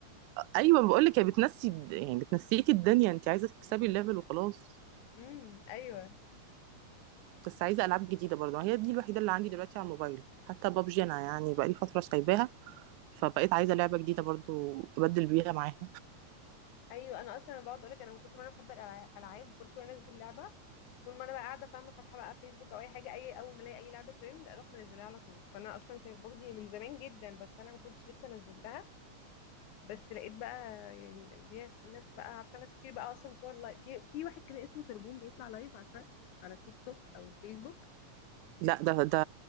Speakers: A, on the right (about 85°); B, on the left (about 85°).
A: ايوه بقول لك هي بتنسي الد- يعني بتنسيكي الدنيا انت عايزه تكسبي الليفل وخلاص
B: امم ايوه
A: بس عايزه العاب جديده برضه هي دي الوحيده اللي عندي دلوقتي على الموبايل حتى بابجي انا يعني بقالي فتره سايباها فبقيت عايزه لعبه جديده برضه ابدل بيها معاها
B: ايوه انا اصلا انا بقعد اقول لك انا من كتر ما انا بحب الألع- الالعاب وكل شويه انزل لعبه طول ما انا بقى قاعده فاهمه فاتحه بقى فيسبوك او اي حاجه اي اول ما الاقي اي لعبه ترند اروح منزلها على طول فانا اصلا كانت بابجي من زمان جدا بس انا ما كنتش لسه نزلتها بس لقيت بقى يعني اللي هي الناس بقى عارفه ناس كتير بقى اصلا بتوع اللايف في في واحد كده اسمه تربون بيطلع لايف عارفه على التيك توك او الفيسبوك
A: لا ده ده